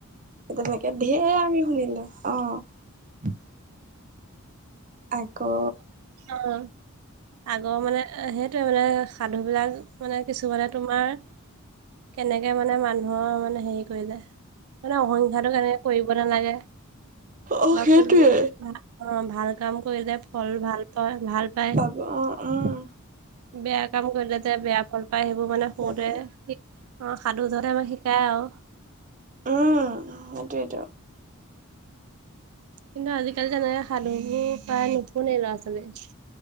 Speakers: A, on the right; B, on the right.
A: তেনেকে ধেৰ আমি শুনিলো অঁ। আকৌ
B: অঁ! আগৰ মানে সেইটোয়ে মানে সাধু বিলাক মানে কিছুমানে তোমাৰ কেনেকে মানে মানুহৰ মানে হেৰি কৰিলে? মানে অহিংখাটো কেনেকে কৰিব নালাগে
A: অ
B: বা
A: সেইটোৱে
B: কোনতো ভাল কাম কৰিলে ফল ভাল পায় ভাল পায়।
A: পাব অঁ অঁ!
B: বেয়া কাম কৰিলে যে বেয়া ফল পায় সেইবোৰ মানে সৰুতে
A: দেখালে
B: অঁ সাধুজনে আমাক শিকায় আও
A: উমঁ সেইটোয়েতো।
B: কিন্তু আজিকালি জানা এই সাধুবোৰ প্ৰায় নুশুনে ল'ৰা ছোৱালীয়ে